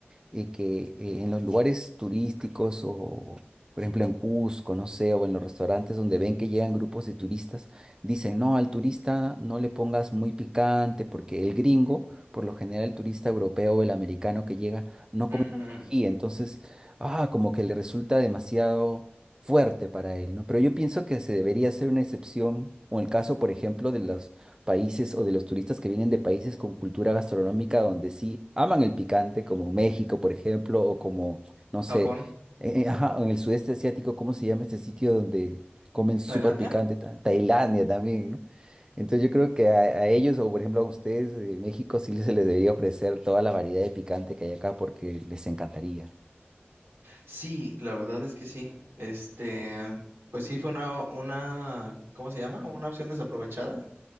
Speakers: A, on the right (about 20°); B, on the right (about 80°).
A: eh, que eh, en los lugares turísticos o, por ejemplo, en Cusco, no sé, o en los restaurantes donde ven que llegan grupos de turistas, dicen, no, al turista no le pongas muy picante porque el gringo, por lo general el turista europeo o el americano que llega, no
B: ujú,
A: come mucho ají, entonces, ah, como que le resulta demasiado fuerte para él, ¿no? Pero yo pienso que se debería hacer una excepción, o el caso, por ejemplo, de los países o de los turistas que vienen de países con cultura gastronómica donde sí aman el picante, como México, por ejemplo, o como, no sé,
B: Japón,
A: eh, eh, ajá, en el sudeste asiático, ¿cómo se llama este sitio donde comen súper
B: Tailandia.
A: picante? Ta- Tailandia también, ¿no? Entonces yo creo que a, a ellos, o por ejemplo a ustedes, de México sí se les debería ofrecer toda la variedad de picante que hay acá porque les encantaría.
B: Sí, la verdad es que sí. Este, pues sí fue una, una, ¿cómo se llama? Una opción desaprovechada.